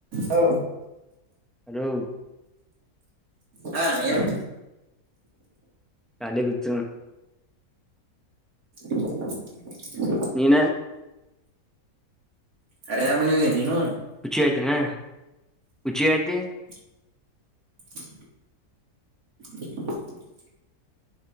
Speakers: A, on the right (about 65°); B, in the centre.
A: ಹ
B: ಹಲೋ
A: ಹಾ ಏನು
B: ಕಲೆ ಬಿತ್ರ
A: <inaudible>
B: ನೀನ
A: ಹರಿನಾರು ಮನ ಹಿ ನೀನು
B: ರುಚಿ ಆಯ್ತನಾ ರುಚಿ ಆಯ್ತಿ
A: <unintelligible>